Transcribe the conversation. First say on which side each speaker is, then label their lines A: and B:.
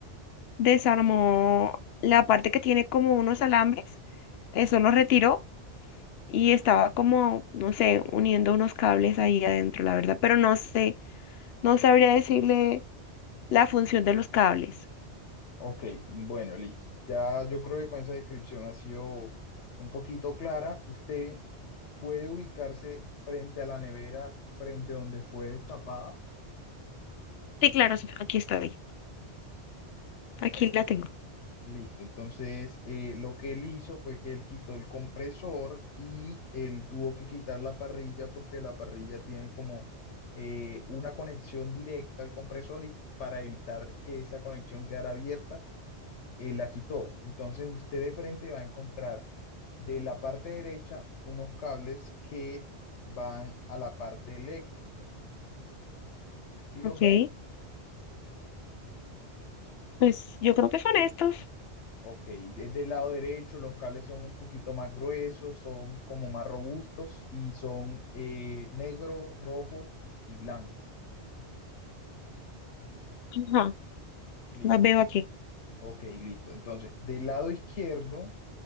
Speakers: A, on the left; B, on the left.
A: Desarmó la parte que tiene como unos alambres. Eso lo retiró y estaba como, no sé, uniendo unos cables ahí adentro, la verdad, pero no sé, no sabría decirle la función de los cables.
B: Ok, bueno, listo. Ya yo creo que con esa descripción ha sido un poquito clara. Usted puede ubicarse frente a la nevera, frente a donde fue destapada.
A: Sí, claro, sí, aquí estoy, aquí
B: Bueno,
A: la tengo.
B: listo. Entonces, eh, lo que él hizo fue que él quitó el compresor y él tuvo que quitar la parrilla porque la parrilla tiene como eh, una conexión directa al compresor y para evitar que esa conexión quedara abierta eh, la quitó. Entonces usted de frente va a encontrar de la parte derecha unos cables que van a la parte eléctrica. ¿Sí los
A: Ok,
B: ve?
A: pues yo creo que son estos.
B: Ok, desde el lado derecho los cables son un poquito más gruesos, son como más robustos y son eh, negro, rojo y blanco.
A: Ajá,
B: Listo.
A: los veo aquí.
B: Ok, listo. Entonces, del lado izquierdo